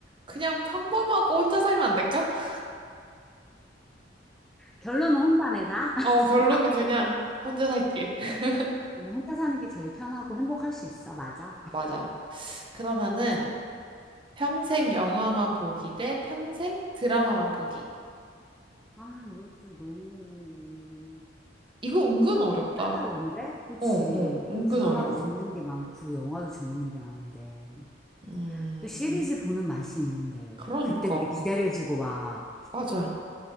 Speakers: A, on the right (about 30°); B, in the centre.
A: 그냥 평범하고 혼자 살면 안 될까? <laughs>
B: 결론은 혼자네 다. <laughs>
A: 어, 결론은
B: 다 필요고.
A: 그냥 혼자 살게. <laughs>
B: 혼자 사는 게 제일 편하고 행복할 수 있어. 맞아.
A: 맞아. 그러면은, 평생 영화만 보기 대 평생 드라마만 보기.
B: 아, 이것도 너무
A: 이거 은근 어렵다.
B: 까다로운데? 그치.
A: 어, 어, 은근
B: 또 드라마도
A: 어려워.
B: 재밌는 게 많고, 영화도 재밌는 게 많은데.
A: 음,
B: 또 시리즈 보는 맛이 있는데.
A: 그러니까.
B: 그때그때 기다려지고 막.
A: 맞아.